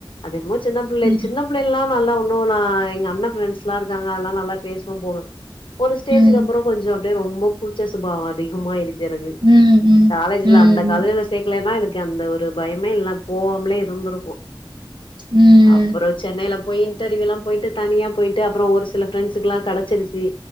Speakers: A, on the left; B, on the right.
A: அது என்மோ சின்னபுள்ளை
B: ம்.
A: சின்னப் புள்ளைலா நல்லா ஒண்ணும் நா எங்க அண்ண பிரப்ரெண்ட்ஸ்லா இருக்காங்க அல்லா நல்லா பேசுவ போவ ஒரு ஸ்டேஜுக்கு
B: ம்.
A: அப்புற
B: ம்.
A: கொஞ்சொ அப்டே ரொம்ப கூச்ச சுபாவ அதிகமாயிடுச்சு எனக்கு
B: ம்.
A: காலேஜ்ல்ல
B: ம்.
A: அந்த காலேஜ்ல சேக்லேன்னா எனக்கு அந்த ஒரு பயமே இல்லாம் போவாமலே இருந்துருக்கு
B: ம்.
A: அப்பறொ சென்னைல்லா போய் இன்டர்வியூலா போயிட்டு தனியா பொயிட்டு அப்பற ஒரு சில ஃப்ரெ்ஸ்குலா கெடச்சிருச்சு